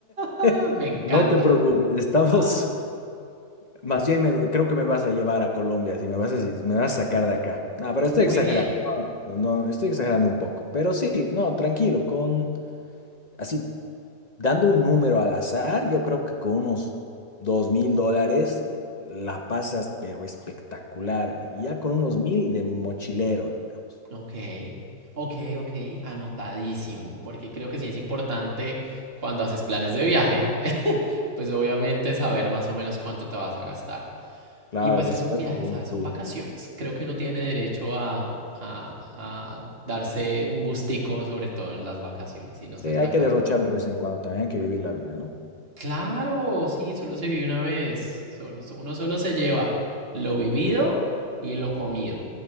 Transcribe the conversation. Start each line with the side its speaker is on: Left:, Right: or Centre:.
Right: Ah,
Left: <laughs>
Right: me encanta.
Left: no te preocupes, estamos.
Right: Ah,
Left: Más bien, me- creo que me vas a llevar a Colombia, si me vas a, si me vas a sacar de acá. No, pero estoy
Right: muy
Left: exagerando.
Right: bien.
Left: No, no, no, estoy exagerando un poco. Pero sí, no, tranquilo, con así, dando un número al azar, yo creo que con unos dos mil dólares la pasas, pero espectacular. Y Ya con unos mil de mochilero, digamos.
Right: Ok, ok, ok, anotadísimo, porque creo que sí es importante cuando haces planes de viaje, <laughs> pues obviamente saber más o menos cuánto te vas a gastar.
Left: Claro,
Right: Y pues
Left: el presupuesto
Right: es un viaje,
Left: también
Right: ¿sabes?
Left: influye.
Right: Son vacaciones. Creo que uno tiene derecho a, a- a darse un gustico, sobre todo en las vacaciones, y no
Left: Sí,
Right: ser
Left: hay
Right: tacaño
Left: que derrochar
Right: con uno.
Left: de vez en cuando también, hay que vivir la vida, ¿no?
Right: Claro, sí, solo se vive una vez, solo- uno solo se lleva lo vivido y lo comido.